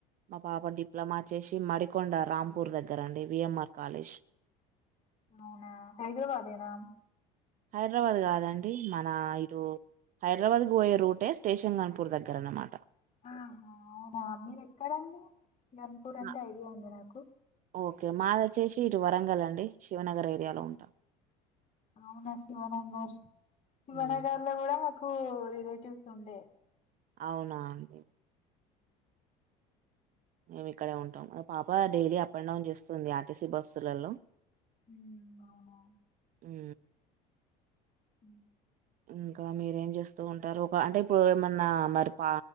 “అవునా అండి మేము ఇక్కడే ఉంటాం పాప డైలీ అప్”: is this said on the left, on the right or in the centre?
Right